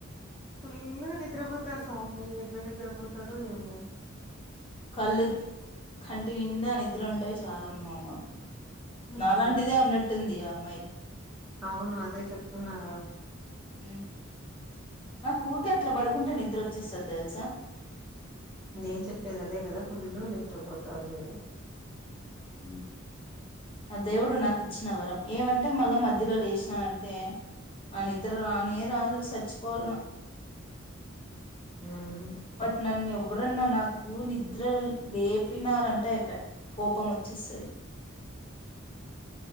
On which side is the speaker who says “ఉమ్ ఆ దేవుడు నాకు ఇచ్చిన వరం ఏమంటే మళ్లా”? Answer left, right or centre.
Left